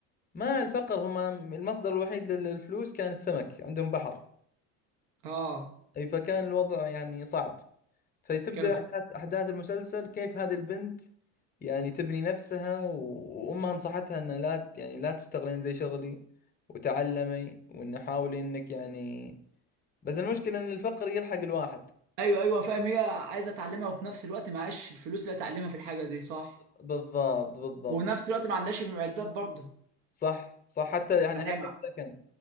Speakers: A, on the left; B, on the right.
A: ما الفقر هم المصدر الوحيد للفلوس كان السمك عندهم بحر
B: اه
A: أي فكان الوضع يعني صعب فتبدأ
B: كان في...
A: أحداث أحداث المسلسل كيف هذه البنت يعني تبني نفسها و- وأمها نصحتها أن لا ت- يعني لا تشتغلين زي شغلي وتعلمي وأن حاولي أنك يعني بس المشكلة أن الفقر يلحق الواحد
B: أيوه أيوه فاهم هي عايزة تعلمها وفي نفس الوقت معهاش الفلوس اللي تعلمها في الحاجة دي صح؟
A: بالضبط بالضبط
B: وفي نفس الوقت ما عندهاش المعدات برضه
A: صح صح حتى يعني
B: يعني
A: حتى
B: هي
A: السكن